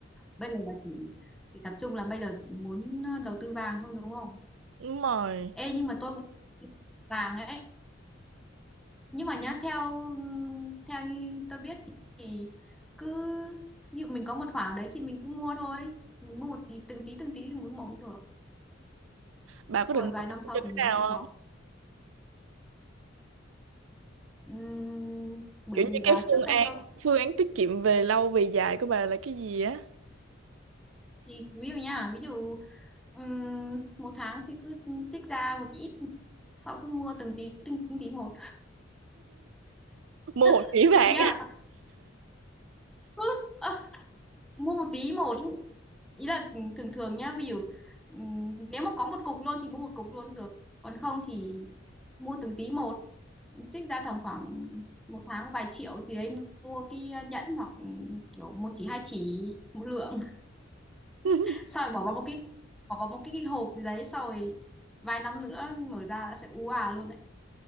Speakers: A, in the centre; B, on the right.
A: bây giờ là chỉ chỉ tập trung là bây giờ muốn uh, đầu tư vàng thôi đúng không?
B: đúng rồi
A: Ê, nhưng mà tôi cũng vàng ấy. Nhưng mà nhá, theo ừ, theo như tôi biết thì, thì cứ ví dụ mình có một khoản nào đấy thì mình cứ mua thôi. Mình mua một tí từng tí từng tí thì mỗi một cũng được.
B: bà có
A: Rồi
B: định
A: vài
B: đầu
A: năm sau
B: tư cho
A: thì
B: cái
A: mình
B: nào
A: không có.
B: không
A: Ừm, bởi
B: kiểu
A: vì
B: như cái
A: là
B: phương
A: trước đây
B: án
A: tôi
B: phương án tiết kiệm về lâu về dài của bà là cái gì á
A: thì ví dụ nha ví dụ ừm, một tháng thì cứ trích ra một ít sau cứ mua từng tí từng, từng tí một
B: mua
A: <laughs>
B: một chỉ
A: ví
B: vàng
A: dụ nha cứ ơ, mua một tí một ý Ý là thường thường nhá ví dụ ừm, nếu mà có một cục luôn thì mua một cục luôn được còn không thì mua từng tí một trích ra tầm khoảng một tháng vài triệu gì đấy mua cái nhẫn hoặc kiểu một chỉ hai chỉ một lượng
B: <laughs>
A: xong rồi bỏ vào một cái bỏ vào một cái, cái hộp gì đấy xong rồi vài năm nữa mở ra đã sẽ ú à luôn đấy